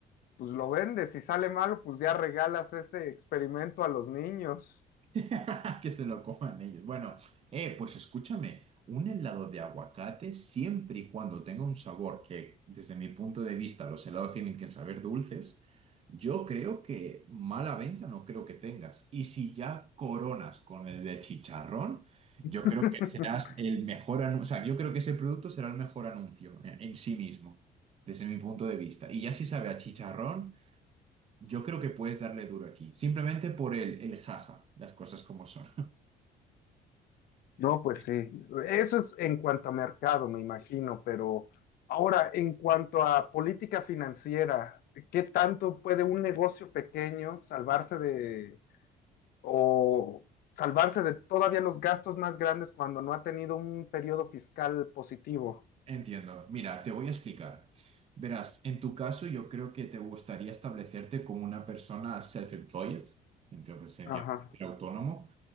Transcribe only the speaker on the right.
<laughs> Que se lo coman ellos. Bueno, eh, pues escúchame, un helado de aguacate siempre y cuando tenga un sabor que, desde mi punto de vista, los helados tienen que saber dulces, yo creo que mala venta no creo que tengas. Y si ya coronas con el de chicharrón,
yo creo que serás el mejor anuncio, o sea, yo creo que ese producto será el mejor anuncio en, en sí mismo, desde mi punto de vista. Y ya si sabe a chicharrón. Yo creo que puedes darle duro aquí, simplemente por el, el jaja, las cosas como son.
<laughs>
Entiendo. Mira, te voy a explicar. Verás, en tu caso yo creo que te gustaría establecerte como una persona self-employed, entonces entiendo
que eres autónomo,